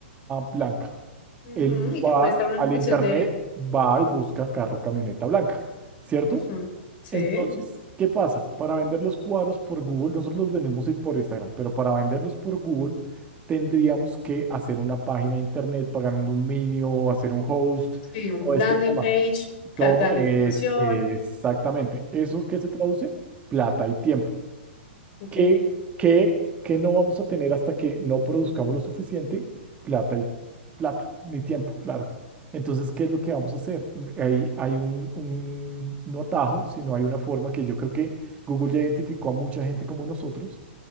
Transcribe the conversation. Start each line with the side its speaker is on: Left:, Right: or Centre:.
Right: blanca.
Left: Ujú,
Right: Él
Left: Y te
Right: va
Left: muestra una
Right: al
Left: selección
Right: internet,
Left: de...
Right: va y busca carro camioneta blanca, ¿cierto?
Left: ujú, Sí,
Right: Entonces, ¿qué pasa? Para vender los cuadros por Google, nosotros los vendemos por Instagram, pero para venderlos por Google tendríamos que hacer una página de internet, pagar un dominio, hacer un host,
Left: sí, un
Right: todo este
Left: landing
Right: tema.
Left: page, cargar
Right: Todo
Left: la
Right: es,
Left: información.
Right: exactamente eso que se traduce, plata y tiempo
Left: Ok.
Right: que, que, que no vamos a tener hasta que no produzcamos lo suficiente plata y plata, ni tiempo, claro. Entonces, ¿qué es lo que vamos a hacer? Mm, Hay, hay un, un, no atajo, sino hay una forma que yo creo que Google ya identificó a mucha gente como nosotros